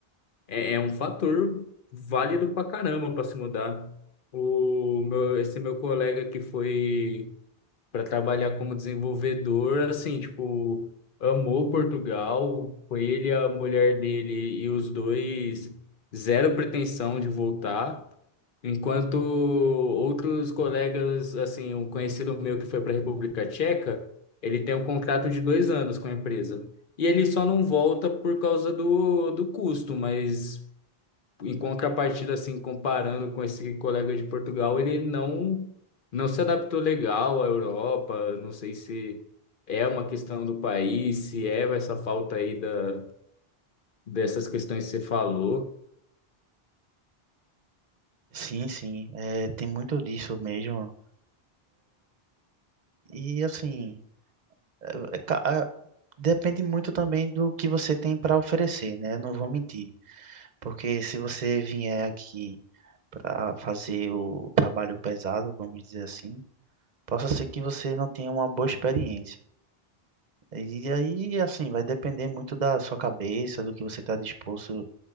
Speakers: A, on the left; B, on the right.
A: é, é um fator válido pra caramba pra se mudar. O meu, esse meu colega que foi para trabalhar como desenvolvedor, assim, tipo, amou Portugal, foi ele, a mulher dele e os dois, zero pretensão de voltar. Enquanto outros colegas, assim, um conhecido meu que foi para a República Tcheca, ele tem um contrato de dois anos com a empresa. E ele só não volta por causa do, do custo, mas em contrapartida, assim, comparando com esse colega de Portugal, ele não não se adaptou legal à Europa. Não sei se é uma questão do país, se é essa falta aí da, dessas questões que você falou.
B: Sim, sim, é, tem muito disso mesmo. E assim, é, é ca- a- depende muito também do que você tem para oferecer, né? Não vou mentir, porque se você vier aqui para fazer o trabalho pesado, vamos dizer assim, possa ser que você não tenha uma boa experiência. E aí, assim, vai depender muito da sua cabeça, do que você está disposto,